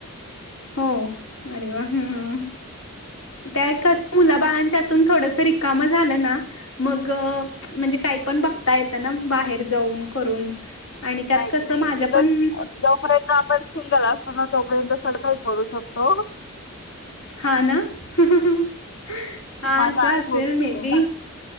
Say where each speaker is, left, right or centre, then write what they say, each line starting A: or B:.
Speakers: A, on the left; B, on the left.
A: हो अरे वा हम्म त्यास मुला बाळांच्यातून थोडस रिकाम झालं ना मग म्हणजे काय पण बघता येत ना बाहेर जाऊन करून आणि त्यात
B: नाही
A: कसं
B: नाही
A: माझ्या
B: उलट
A: पण
B: जोपर्यंत आपण सिंगल असतो ना तोपर्यंत सगळं काही करू शकतो
A: हा ना हा
B: माझा
A: असं
B: अनुभव
A: असेल मे
B: ते
A: बी